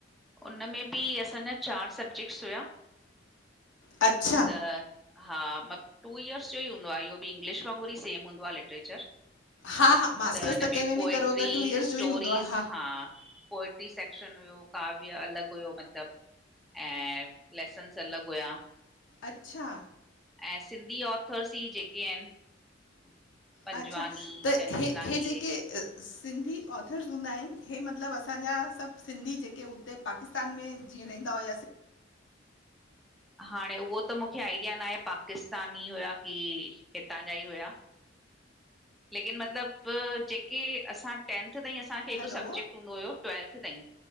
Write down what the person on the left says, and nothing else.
अछा
हा हा मास्टर्स
कंहिं
बि करो त टू इयर्स
जो ई हूंदो आहे
अच्छा
अच्छा त
इ इहे जेके सिंधी ऑथर्स हूंदा आहिनि हे मतलब असांजा सब सिंधी जेके उते पाकिस्तान में जीअं रहंदा हुआसीं
हलो,